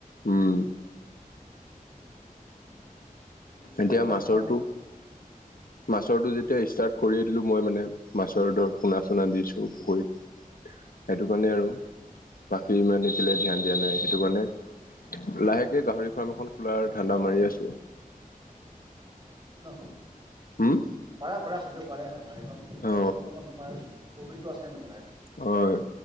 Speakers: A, on the left; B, on the right.
A: উম
B: বাকী
A: এতিয়া
B: আৰু ধৰা
A: মাছৰটো
B: তোমাৰ
A: মাছৰটো যেতি তিয়া ষ্টাৰ্ট কৰিয়ে দিলো মই মানে মাছৰ ধৰ পোনা চোনা দিছো পুখুৰীত সেইটো কাৰণে আৰু বাকী ইমান সিফালে ধ্যান দিয়া নাই সেইটো কাৰণে লাহেকে গাহৰি ফাৰ্ম এখন খোলাৰ ধান্দা মাৰি আছো
B: অ
A: উম
B: পাৰা পাৰা খুলিব পাৰা এখ খন গাহৰি ফাৰ্ম গাহৰি
A: অ
B: ফাৰ্মত তোমাৰ প্ৰফিতটো আছে মানে
A: হয়